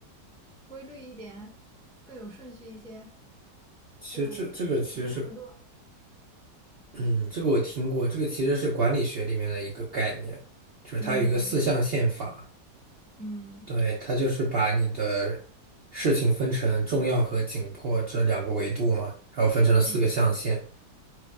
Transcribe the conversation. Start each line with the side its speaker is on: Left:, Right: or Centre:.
Centre: 规律一点，更有顺序一些，
Right: 其实这这个其实是，
Centre: 就不会那么乱。
Right: 嗯，这个我听过，这个其实是管理学里面的一个概念，就是它有一个四象限法，
Centre: 嗯嗯
Right: 对，它就是把你的事情分成重要和紧迫这两个维度嘛，然后分成了四个象限。
Centre: 嗯。